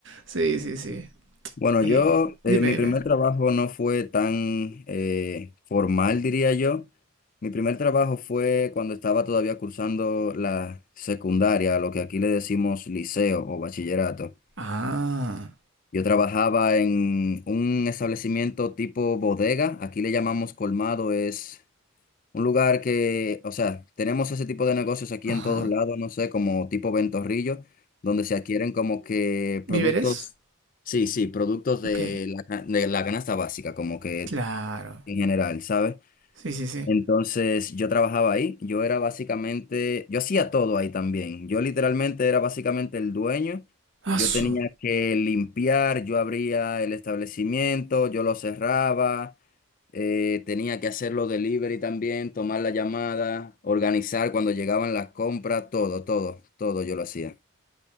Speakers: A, on the right (about 55°); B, on the left (about 40°).
A: Sí, sí, sí.
B: Bueno,
A: Eh,
B: yo,
A: dime,
B: eh, mi
A: dime.
B: primer trabajo no fue tan eh, formal, diría yo. Mi primer trabajo fue cuando estaba todavía cursando la secundaria, lo que aquí le decimos liceo o bachillerato.
A: Ah,
B: Yo trabajaba en un establecimiento tipo bodega, aquí le llamamos colmado, es un lugar que, o sea, tenemos ese tipo de negocios aquí
A: ajá.
B: en todos lados, no sé, como tipo Ventorrillo, donde se adquieren como que
A: ¿Víveres?
B: productos, sí, sí, productos de
A: Ok,
B: la, ca- de la canasta básica, como que
A: claro.
B: en general, ¿sabes?
A: Sí, sí, sí.
B: Entonces yo trabajaba ahí, yo era básicamente, yo hacía todo ahí también, yo literalmente era básicamente el dueño, yo
A: Asu.
B: tenía que limpiar, yo abría el establecimiento, yo lo cerraba eh, tenía que hacer los delivery también, tomar la llamada, organizar cuando llegaban las compras, todo, todo, todo yo lo hacía.